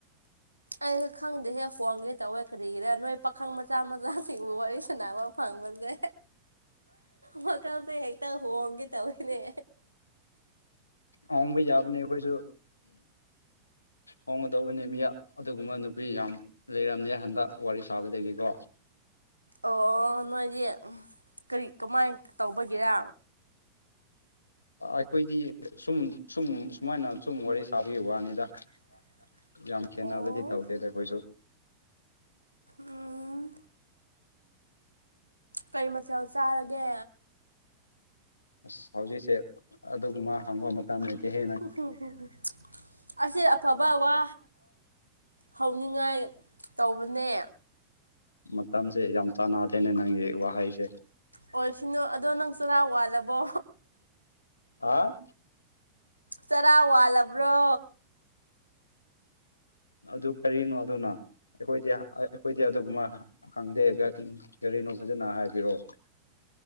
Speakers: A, on the right; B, on the left.
A: ꯑꯩ ꯈꯪꯗꯦ ꯍꯦ ꯐꯣꯟꯗꯤ ꯇꯧꯋꯦ ꯀꯔꯤꯒꯤꯔ ꯅꯣꯏ ꯄꯥꯈꯪ ꯃꯆꯥ ꯃꯆꯥꯁꯤꯡꯕꯨ ꯋꯥꯔꯤ ꯁꯥꯟꯅꯕ ꯐꯪꯕꯁꯦ ꯃꯈꯜꯁꯦ ꯍꯦꯛꯇ ꯍꯣꯡꯒꯦ ꯇꯧꯔꯤꯅꯦ
B: ꯍꯣꯟꯕ ꯌꯥꯕꯅꯤ ꯑꯩꯈꯣꯏꯁꯨ ꯍꯣꯡꯒꯗꯧꯕꯅꯤ ꯃꯤ ꯑꯗꯨꯒꯨꯝꯕ ꯅꯨꯄꯤ ꯌꯥꯝ ꯂꯩꯔꯝꯅꯦ ꯍꯟꯗꯛ ꯋꯥꯔꯤ ꯁꯥꯕꯗꯒꯤꯀꯣ
A: ꯑꯣ ꯅꯣꯏꯗꯤ ꯀꯔꯤ ꯀꯃꯥꯏ ꯇꯧꯕꯒꯤꯦꯔ
B: ꯑꯩꯈꯣꯏꯗꯤ ꯁꯨꯝ ꯁꯨꯝ ꯁꯨꯃꯥꯏꯅ ꯁꯨꯝ ꯋꯥꯔꯤ ꯁꯥꯕꯒꯤ ꯋꯥꯅꯤꯗ
A: <inaudible>
B: ꯌꯥꯝ ꯈꯦꯠꯅꯕꯗꯤ
A: ꯑꯣ
B: ꯇꯧꯗꯦꯗ ꯑꯩꯈꯣꯏꯁꯨ
A: ꯎꯝ ꯀꯩ ꯃꯆꯦꯜ ꯆꯥꯔꯒꯦ
B: ꯑꯁ ꯍꯧꯖꯤꯛꯁꯦ ꯑꯗꯨꯒꯨꯝꯕ ꯍꯪꯕ ꯃꯇꯝ ꯇꯝ ꯂꯩꯇꯦ ꯍ
A: <unintelligible> ꯑꯁꯤ ꯑꯐꯕ ꯋꯥ ꯍꯧꯅꯤꯡꯉꯥꯏ ꯇꯧꯕꯅꯦ
B: ꯃꯇꯝꯁꯦ ꯌꯥꯝ ꯆꯥꯟꯅꯗꯦꯅꯦ ꯅꯪꯒꯤ ꯋꯥꯍꯩꯁꯦ
A: ꯑꯣꯏꯁꯅꯨ ꯑꯗꯣ ꯅꯪ ꯆꯔꯥ ꯋꯥꯜꯂꯕꯣ
B: ꯍꯥ
A: ꯆꯔꯥ ꯋꯥꯜꯂꯕ꯭ꯔꯣ
B: ꯑꯗꯨ ꯀꯔꯤꯅꯣ ꯑꯗꯨꯅ ꯑꯩꯈꯣꯏꯗꯤ ꯑꯩꯈꯣꯏꯗꯤ ꯑꯗꯨꯒꯨꯝꯕ ꯈꯪꯗꯦ ꯀꯔꯤꯅꯣ ꯐꯖꯅ ꯍꯥꯏꯕꯤꯑꯣ